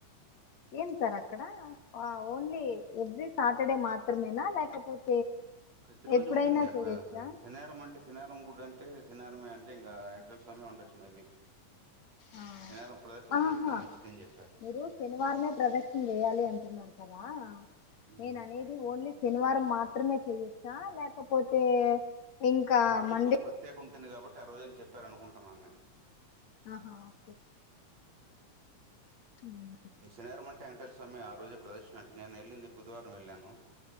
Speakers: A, on the left (about 60°); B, on the right (about 55°).
A: ఏం సార్ అక్కడ ఓన్లీ ఎవ్రీ సాటర్డే మాత్రమేనా లేకపోతే
B: ప్రతి రోజు
A: ఎప్పుడైనా
B: ఉంటుంది అక్కడ
A: చేయొచ్చా
B: శనేరం అంటే శనేారంం కూడా అంటే అంటే సనివారాం అంటే ఇంకా వెంకటల్ స్వామి ఉండొచ్చు మేబీ
A: ఆ
B: శనివారం ప్రదర్శన
A: ఆహా
B: చేస్తే మంచిదని చెప్పారు
A: మీరు శనివారమే ప్రదర్శన చేయాలి అంటున్నారు కదా
B: ఉమ్.
A: నేను అనేది ఓన్లీ శనివారం మాత్రమే చెయొచ్చు ఆ లేకపోతే ఇంకా
B: ఆ రోజు
A: మండే
B: ఒక ప్రత్యక ఉంటుంది కాబట్టి ఆ రోజుని చెప్పారు రూ అనుకుంటున్నాను నేను
A: ఆహా ఓకే ఉ
B: శనేరమంట వేంకటేశ్వర స్వామి ఆ రోజే ప్రదర్శినట్టు నేను వెళ్ళింది బుధవారం వెళ్ళాను